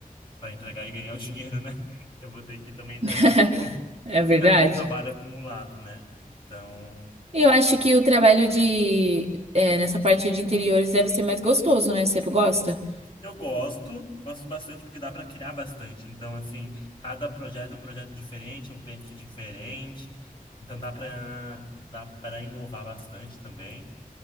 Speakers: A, on the left (about 30°); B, on the right (about 45°).
A: para entregar e ganhar o dinheiro, né? Eu vou ter que também entregar
B: <laughs>
A: para
B: É
A: ficar
B: verdade?
A: com o trabalho acumulado, né? Então.
B: Eu acho que o trabalho de é, nessa parte de interiores deve ser mais gostoso, né? Você gosta?
A: Eu gosto, gosto bastante porque dá para criar bastante. Então, assim, cada projeto é um projeto diferente, é um cliente diferente. Então, dá para dá para inovar bastante também.